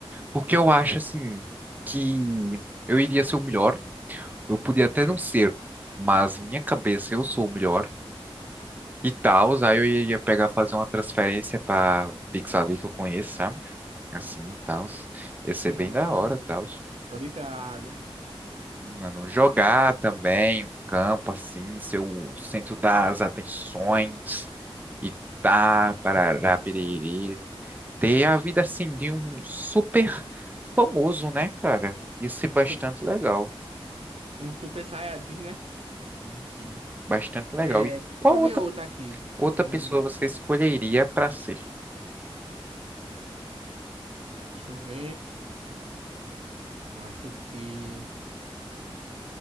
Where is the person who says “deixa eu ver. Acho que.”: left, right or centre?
Right